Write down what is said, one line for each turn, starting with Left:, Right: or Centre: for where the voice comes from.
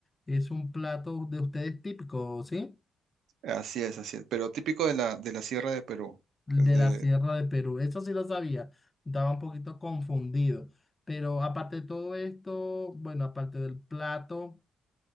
Left: Es un plato de ustedes típico, ¿sí?
Right: Así es, así es. Pero típico de la, de la Sierra de Perú.
Left: De
Right: De-
Left: la Sierra de Perú. Eso sí lo sabía. Estaba un poquito confundido. Pero aparte de todo esto, bueno, aparte del plato,